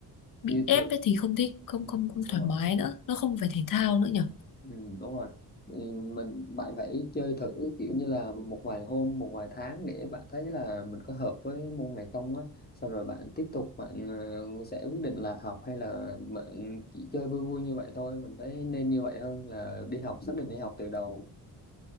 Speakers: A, on the left; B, on the left.
A: bị
B: như
A: ép
B: thường
A: ấy thì không thích không
B: Ừ,
A: không không
B: đúng
A: thoải
B: rồi
A: mái nữa nó không phải thể thao nữa nhở
B: Ừ, đúng rồi Ừ, mình bạn phải chơi thử kiểu như là một vài hôm một vài tháng để bạn thấy là mình có hợp với môn này không á xong rồi bạn tiếp tục bạn ờ, sẽ quyết định là học hay là bạn chỉ chơi vui vui như vậy thôi mình thấy nên như vậy hơn là đi học xác định đi học từ đầu